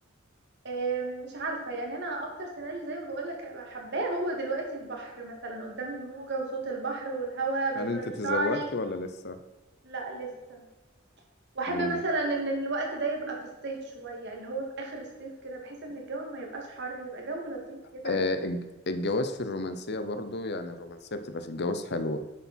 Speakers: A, on the right (about 60°); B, on the left (about 55°).
A: آه، مش عارفة يعني انا اكتر سيناريو زي ما بقولك أبقى حباه هو دلوقتي البحر مثلا قدام الموجة وصوت البحر والهواء بيطير
B: هل أنت تزوجت
A: شعري
B: ولا لسه؟
A: لا لسه واحب
B: امم
A: مثلا ان الوقت ده يبقى في الصيف شوية اللي هو في اخر الصيف كده بحيث ان الجو ما يبقاش حر يبقى جو لطيف كده
B: آه
A: يعني
B: الج- الجواز في الرومانسية برضو يعني الرومانسية بتبقى في الجواز حلوة